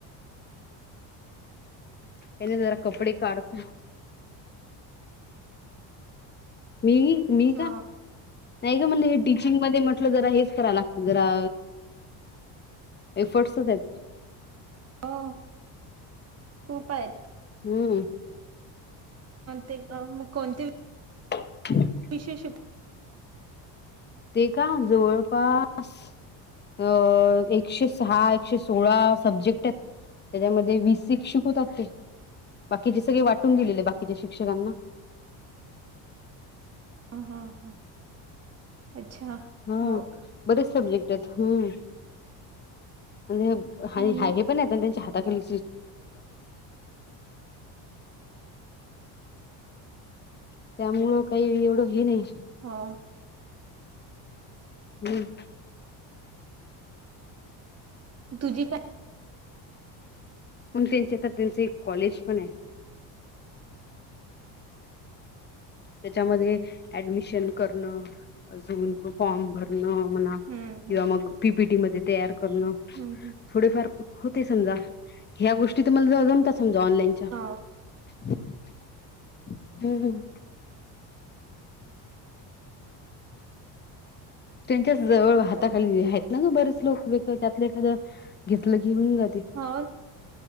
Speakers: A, on the right (about 35°); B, on the left (about 25°).
A: ह्
B: न जरा कपडी काढत मीघ मीघ
A: ह
B: नाही का म्हटलं हे टीचिंग मध्ये म्हटलं जरा हेच करावला लागत जरा एफर्टस तर द
A: हो खूप आहेत
B: हम्म
A: ते का मग कोणती?
B: ह्
A: विशेष
B: ते का जवळपास अ एकशे सहा एकशे सोळा सब्जेक्ट आहेत त्याच्यामध्ये वीस शिक्षक होतातते बाकीचे सगळे वाटून दिलेले बाकीच्या शिक्षकांना
A: हां हां हां अच्छा
B: हम
A: हो का
B: बरेच सब्जेक्ट आहेत हम् म्हणजेा
A: हम्म
B: हे पण आहेत त्यांच्या हाताखाली. त्यामुळं काही एवढं हे नाही
A: हा
B: हम्
A: तुझी काय
B: म त्यांचे आता त्यांच एक कॉलेज पण आहे. त्याच्यामध्ये ऍडमिशन करणं ज फॉर्म भरणं म्हणा
A: हम्म
B: किंवा
A: हम्म
B: मग पीपीटी मध्ये तयार करणं.
A: हम्म हम्
B: थो फार होते समजा ह्या गोष्टी तुम्हाला ज जमता समजा ऑनलाईनच्या
A: ह
B: हम्म हम् त्यांच्याच जवळ
A: जमतात
B: हाताखाली
A: मग
B: आहेत ना ग बरेच लोक वे त्यातले एखादं घेतलं कि होऊन ग ते
A: हो